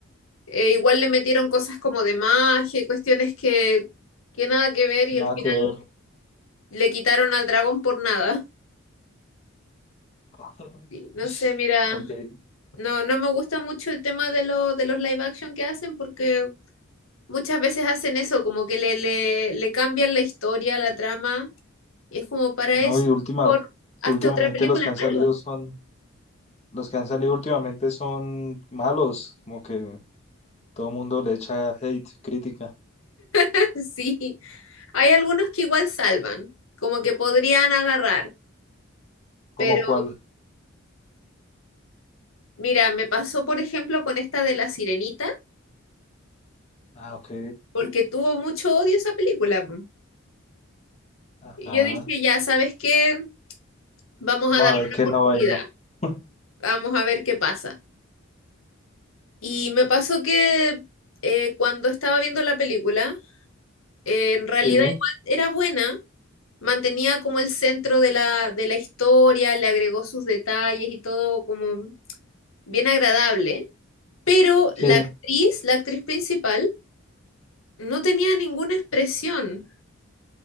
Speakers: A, on the left; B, on the left.
A: eh, igual le metieron cosas como de magia y cuestiones que, que nada que ver
B: Sin
A: y al
B: nada
A: final
B: que ver.
A: le quitaron al dragón por nada.
B: <laughs>
A: Y No sé, mira,
B: Aunque,
A: no, no me gusta mucho el tema de, lo, de los live action que hacen porque muchas veces hacen eso, como que le, le, le cambian la historia, la trama y es como para
B: no,
A: eso,
B: y última,
A: por hazte
B: y últimamente
A: otra película
B: los que han salido
A: nueva.
B: son, los que han salido últimamente son malos, como que todo el mundo le echa hate, crítica.
A: <laughs> Sí, hay algunos que igual salvan, como que podrían agarrar,
B: ¿Cómo
A: pero
B: cuál?
A: mira, me pasó por ejemplo con esta de La Sirenita,
B: Ah, ok.
A: porque tuvo mucho odio esa película. po.
B: Ajá.
A: Y yo dije, ya, ¿sabes qué? Vamos
B: Vamos
A: a darle
B: a ver
A: una
B: qué
A: oportunidad,
B: es la vaina. <laughs>
A: vamos a ver qué pasa. Y me pasó que eh, cuando estaba viendo la película, eh, en realidad
B: Sí,
A: igual era buena, mantenía como el centro de la, de la historia, le agregó sus detalles y todo como bien agradable Pero
B: sí,
A: la actriz, la actriz principal, no tenía ninguna expresión.